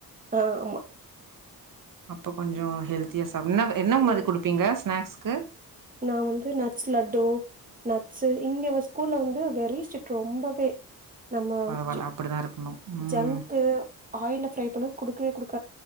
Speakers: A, on the right (about 25°); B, on the right (about 65°).
A: அ ஆமா
B: அப்ப கொஞ்சோ ஹெல்த்திய சாப்ப என்ன பே என்ன மாரி
A: ம்
B: குடுப்பீங்க ஸ்நாக்ஸ்க்கு
A: நா வந்து நட்ஸ் லட்டு நட்ஸு இங்கவ ஸ்கூல்ல வந்து வெரி ஸ்ட்ரிக்ட் ரொம்பவே நம்ம
B: பரவால்ல
A: சி
B: அப்டிதான் இருக்கணும்
A: ஜங்க்கு
B: ம்
A: ஆயில்ல ஃபிரை பண்ணத குடுக்கவே குடுக்